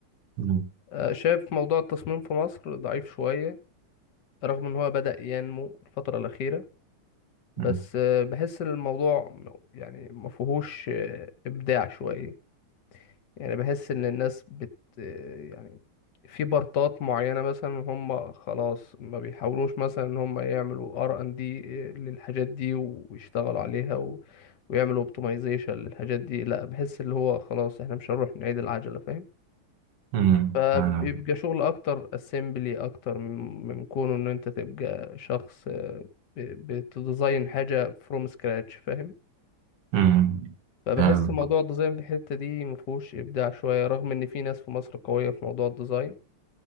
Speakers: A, on the right; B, on the left.
A: مم.
B: آه، شايف موضوع التصميم في مصر ضعيف شوية رغم ان هو بدأ ينمو الفترة الأخيرة بس
A: مم.
B: آه، بحس ان الموضوع م- يعني ما فيهوش آه، ابداع شويه يعني بحس ان الناس بت آه، يعني في بارتات معينه مثلا هم خلاص ما بيحاولوش مثلا ان هم يعملوا ار ان دي للحاجات دي ويشتغلوا عليها و... ويعملوا اوبتمايزيشن للحاجات دي لا بحس اللي هو خلاص احنا مش هنروح نعيد العجله فاهم
A: مم.
B: فبيبقى
A: فاهم.
B: شغل اكتر اسمبلي اكتر من من كونه ان انت تبقى شخص آه، ب- بتديزاين حاجه فروم سكراتش فاهم
A: مم.
B: فبحس
A: فاهم.
B: موضوع الديزاين في الحتة دي مفهوش إبداع شوية رغم إن في ناس في مصر قوية في موضوع الديزاين